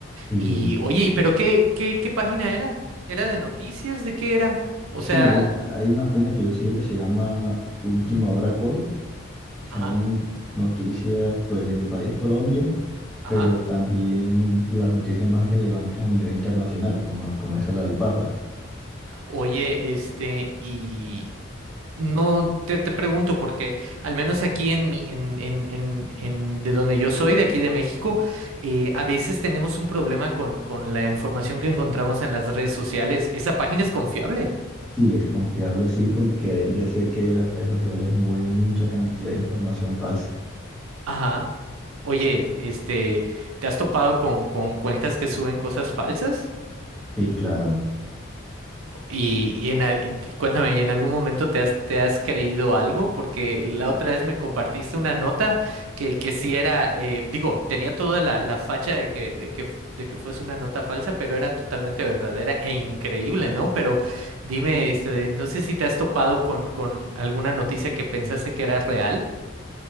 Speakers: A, in the centre; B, on the right (about 80°).
A: Sí,
B: Y oye, ¿y ¿pero qué, qué, qué página era? ¿Era de noticias? ¿De qué era? O
A: sí,
B: sea,
A: hay, hay una página que yo sigo que se llama Última
B: ujú,
A: Hora Call salen
B: Ajá,
A: noticias pues de mi país, Colombia,
B: ajá.
A: pero también las noticias más relevantes a nivel internacional, como, como esa la del Papa.
B: Oye, este, y no te, te pregunto porque al menos aquí en mi, en, en, en, en de donde yo soy, de aquí de México, eh, a veces tenemos un problema con, con la información que encontramos en las redes sociales. ¿Esa página es confiable?
A: Sí, es confiable, sí, porque yo sé que las redes sociales mueven mucha cantidad de información falsa.
B: Ajá. Oye, este, ¿te has topado con, con cuentas que suben cosas falsas?
A: Sí, claro.
B: Y, y en a- y cuéntame, ¿y en algún momento te has, te has creído algo? Porque la otra vez me compartiste una nota que, que sí era, eh, digo, tenía toda la, la facha de que, de que, f- de que fuese una nota falsa, pero era totalmente verdadera e increíble, ¿no? Pero dime, este, no sé si te has topado con, con alguna noticia que pensaste que era real.